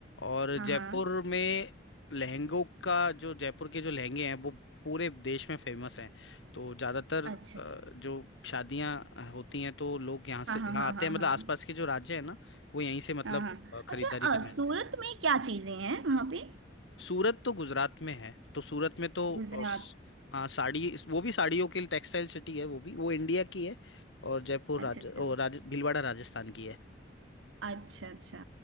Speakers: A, on the left; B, on the right.
A: और
B: हाँ
A: जयपुर
B: हाँ
A: में लहंगों का जो जयपुर के जो लहंगे हैं वो पूरे देश में फेमस हैं तो ज़्यादातर
B: अच्छा
A: अ,
B: अच्छा
A: जो शादियाँ होती हैं तो लोग यहाँ से
B: हाँ हाँ
A: यहाँ
B: हाँ
A: आते
B: हाँ
A: हैं मतलब
B: हाँ
A: आसपास के जो राज्य है ना वो यहीं से मतलब
B: हाँ हाँ
A: अ, खरीदारी
B: अच्छा
A: करने
B: अ,
A: आते
B: सूरत
A: हैं
B: में क्या चीजें हैं वहां पे
A: सूरत तो गुजरात में है तो सूरत में तो
B: गुजरात
A: अ, स- हाँ साड़ी इस- वो भी साड़ियों के लिए टेक्सटाइल सिटी है वो भी वो इंडिया की है और जयपुर
B: अच्छा
A: राज
B: अच्छा
A: ओ राज भीलवाड़ा राजस्थान की है
B: अच्छा अच्छा